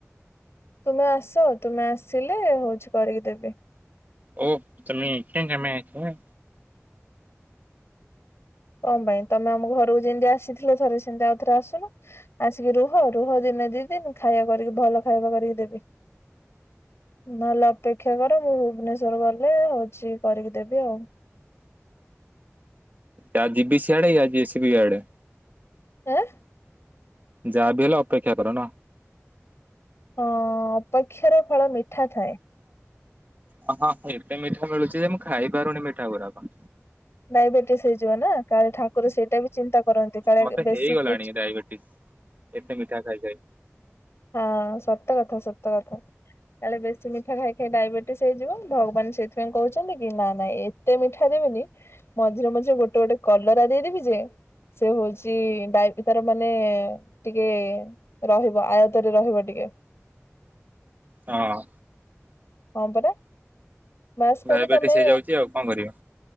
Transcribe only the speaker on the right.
ଓ ତମେ ଆଚ୍ଛ ତମେ ଆଚ୍ଛ।
ଯା ଜିିବି ସିଆଡେ ଆଜି ଆସିବି ଇଆଡେ।
ଯାହା ବିି ହେଲେ ଅପେକ୍ଷା କର ନା
ହଁ ହ ଏତେ ମିଠା ମିଳୁଛି ଯେ ମୁଁ ଖାଇ ପାରୁନି ମିଠା ଗୁରାକ
ମତେ
ହେଇଗଲାଣି
ଡାଇବେଟିସ ଏତେ ମିଠା ଖାଇପାଇ
ହଁ
ଡାଇବେଟିସ
ହେଇଯାଉଛି ଆଉ କଣ କରିବା